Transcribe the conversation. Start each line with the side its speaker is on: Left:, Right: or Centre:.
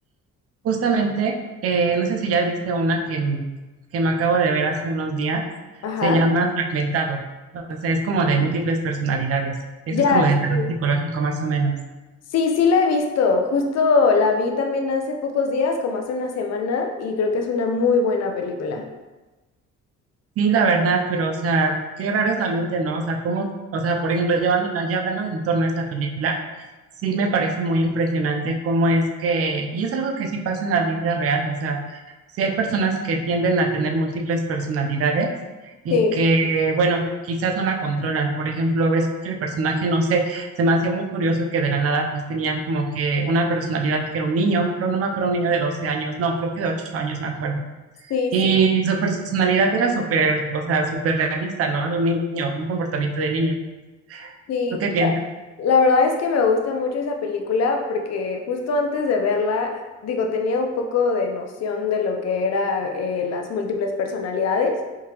Right: Justamente, eh, no sé si ya viste una que, m- que me acabo de ver hace unos días,
Left: Ajá.
Right: se llama Fragmentado, o sea, es como de múltiples personalidades, eso
Left: Ya,
Right: es como de terror
Left: sí.
Right: psicológico más o menos.
Left: Sí, sí la he visto, justo la vi también hace pocos días, como hace una semana, y creo que es una muy buena película.
Right: Sí, la verdad, pero, o sea, qué raro es la mente, ¿no? O sea, cómo, o sea, por ejemplo, llevando, ya hablando en torno a esta película, sí me parece muy impresionante cómo es que, y es algo que sí pasa en la vida real, o sea, sí hay personas que tienden a tener múltiples personalidades y
Left: Sí.
Right: que, bueno, quizás no la controlan. Por ejemplo, ves que el personaje, no sé, se me hacía muy curioso que de la nada, pues tenía como que una personalidad que era un niño, pero no me acuerdo, un niño de 12 años, no, creo que de 8 años, me acuerdo
Left: Sí, sí,
Right: y su personalidad era súper, o sea, súper realista, ¿no? De un niño, un comportamiento de niño.
Left: sí.
Right: ¿Tú qué piensas?
Left: La, la verdad es que me gusta mucho esa película porque justo antes de verla, digo, tenía un poco de noción de lo que era eh, las múltiples personalidades,